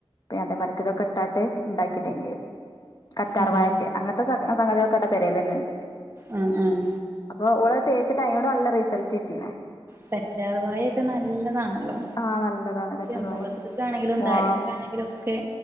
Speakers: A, on the left; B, on the right.
A: പിന്നെ അതേ മരിക്ക് ഇതൊക്കെ ഇട്ടാട്ടെ ഇണ്ടാക്കിതെനിയെ കറ്റാർവായൊക്കെ
B: ഉം
A: അങ്ങനത്തെ സ സംഗതികൾക്കടെ പെരേല്ന്നെണ്ട്
B: ആഹ് ആഹ്
A: അപ്പൊ ഓള്ത് തേച്ചിട്ട് അയിനോട് നല്ല റിസൾട്ട് കിട്ടീന്
B: കാറ്റർവായെക്കെ നല്ലതാണല്ലോ
A: ആ നല്ലതാണ് കറ്റാർവാഴൊക്കെ
B: മുഖത്തക്കാണെങ്കിലും
A: വാ
B: താലക്കാണെങ്കിലും ക്കെ